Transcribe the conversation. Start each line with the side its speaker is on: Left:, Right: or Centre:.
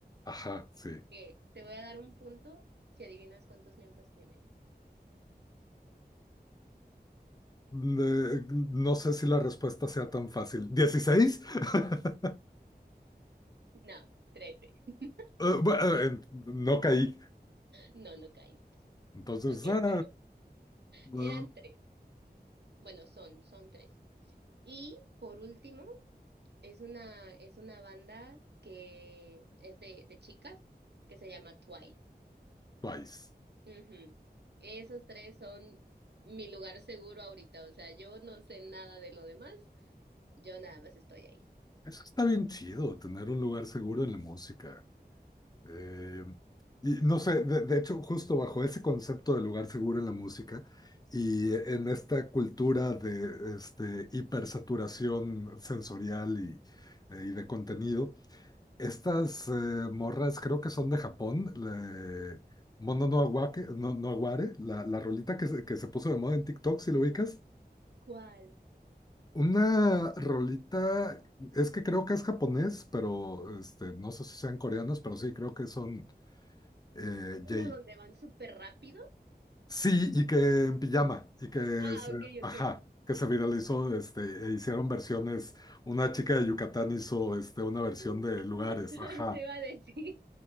Left: Ajá, sí.
Right: que te voy a dar un punto si adivinas cuántos miembros tiene.
Left: Le- no sé si la respuesta sea tan fácil. dieciséis <laughs>
Right: No, trece. <laughs>
Left: Eh, bueno, eh, no caí.
Right: No, no caíste.
Left: Entonces,
Right: Ok,
Left: ah,
Right: pero
Left: eh,
Right: eran tres. Bueno, son, son tres. Y por último, es una, es una banda que es de, de chicas que se llama Twice.
Left: Twice.
Right: Ujú. Esos tres son mi lugar seguro ahorita, o sea, yo no sé nada de lo demás, yo nada más estoy ahí.
Left: Eso está bien chido, tener un lugar seguro en la música. Eh, y no sé, de, de hecho, justo bajo ese concepto de lugar seguro en la música y en esta cultura de este, hipersaturación sensorial y, eh, y de contenido, Estas eh, morras creo que son de Japón. la- Mono no Awake- no, no Aware, la, la rolita que se, que se puso de moda en TikTok, si lo ubicas.
Right: ¿Cuál?
Left: Una rolita, es que creo que es japonés, pero este, no sé si sean coreanos, pero sí, creo que son eh,
Right: ¿Es
Left: Jay.
Right: una donde van súper rápido?
Left: Sí, y que en pijama, y que
Right: Ah,
Left: se,
Right: ok,
Left: ajá,
Right: ok.
Left: que se viralizó, este, e hicieron versiones, una chica de Yucatán hizo este, una versión
Right: <laughs>
Left: de lugares, ajá.
Right: Te iba a decir.